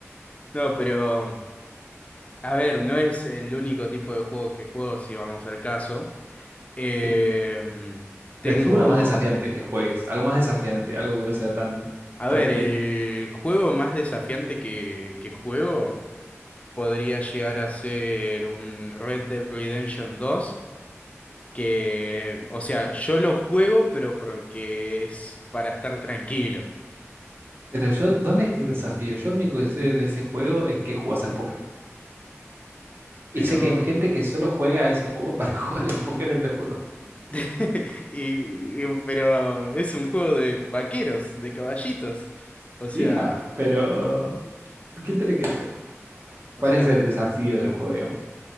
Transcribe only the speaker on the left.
No, pero. A ver, no es el único tipo de juego que juego, si vamos al caso. Eh,
tengo.
A
ver, el juego más desafiante que, que juego podría llegar a ser un Red Dead Redemption dos que, o sea, yo lo juego, pero porque es para estar tranquilo.
Pero,
<laughs> y- y- pero es un juego de vaqueros, de caballitos. O sea,
o
sea,